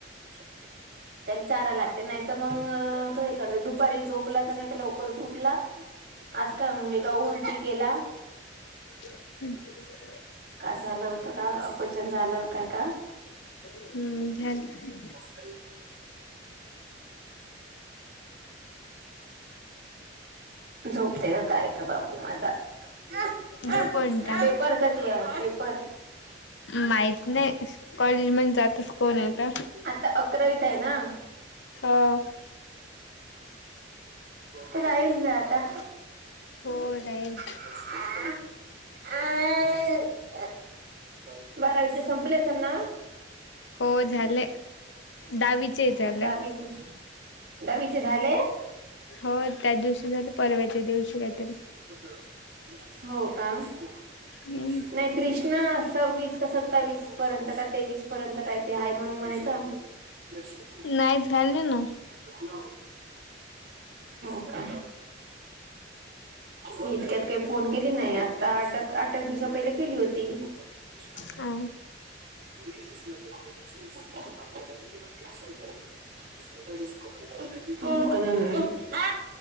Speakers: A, on the right; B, on the left.
A: <inaudible> त्याला चारा लागतेनाहीतर मग, तो हे करत दुपारी झोपला नाही तर लवकरच उठला. आज काय बे का उंलटी केला.
B: हम्!
A: का झालं होत का अपचन झालं काय का?
B: हम्म झाली की,
A: <inaudible> झोपते का काय का बाबू माझा. पेपर
B: जो कोण टांग
A: कधी आ पेपर?
B: माहित नाही, कॉलेज मण जातच कोण आहे आता.
A: आता अकरावीत आहे ना!
B: हां! !..
A: तो राहील ना आता.
B: हो राहील.
A: <inaudible> बारावीचे संपले असलं ना.
B: हो झाले, दहावीचे ही झाले.
A: आणि दहावीचे दहावीचे झाले.
B: हो त्या दिवशी झालं, परवाच्या दिवशी का तरी.
A: <unintelligible> हो का? <inaudible>
B: हम्म
A: नाही? कृष्णा सव्वीस का सत्तावीस पर्यंत का तेवीस पर्यंत राहते हाय म्हणून म्हणता! निश <unintelligible>
B: नाही झाले ना.
A: हो का? मी इतक्यात काही, फोन केली नाही? आता आठक आठक दिवसा पहिले केली होती. <unintelligible> <inaudible>
B: हा
A: <unintelligible> <unintelligible> <unintelligible> <unintelligible> <inaudible> <unintelligible> ज अपडेट <unintelligible> <inaudible> हो <inaudible> अ